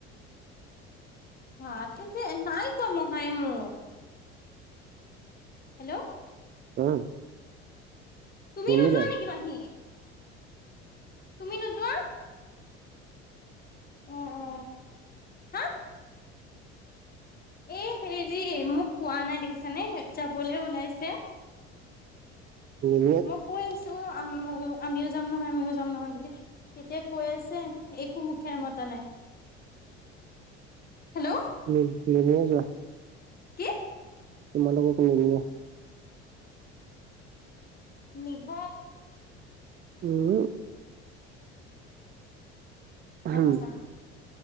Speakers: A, on the left; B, on the right.
A: হা কিন্তু নাই কোৱা মহাই মোক। হেল্ল'
B: উম
A: তুমি
B: নিনিলে
A: নোযোৱা নেকি মাহি? তুমি নোযোৱা। অহ অহ হা- এ হেৰি মোক কোৱা নাই দেখিছানে যাবলৈ ওলাইছে।
B: নিনিয়ে
A: মই কৈ আছো। আমিও যাম নহয় আমিও যাম নহয় বুলি তেতিয়া কৈ আছে একো মুখে মাতা- নাই হেল্লো'
B: উম ওলাই যোৱা।
A: কি?
B: তোমাকলোকলৈও -
A: নিব।
B: উম উম
A: আচ্ছা